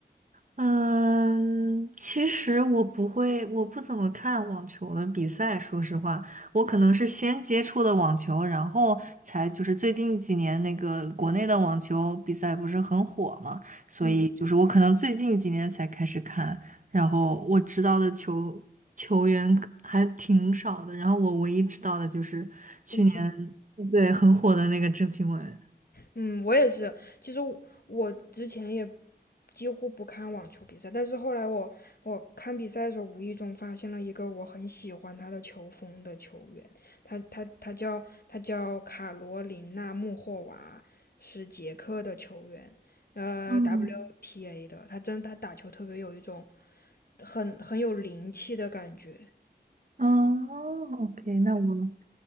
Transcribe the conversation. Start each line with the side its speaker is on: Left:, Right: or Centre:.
Right: 嗯，其实我不会，我不怎么看网球的比赛。说实话，我可能是先接触的网球，然后才就是最近几年那个国内的网球比赛不是很火嘛，所以就是我可能最近几年才开始看，
Left: 嗯，
Right: 然后我知道的球球员可还挺少的，然后我唯一知道的就是去年
Left: 邓钦
Right: 对很火的那个郑钦文。
Left: 嗯，我也是。其实我我之前也几乎不看网球比赛，但是后来我我看比赛的时候，无意中发现了一个我很喜欢他的球风的球员，他他他叫他叫卡罗琳娜穆霍娃，是捷克的球员，呃，WTA
Right: 嗯，
Left: 的。他真他打球特别有一种很很有灵气的感觉。
Right: 哦，OK，那我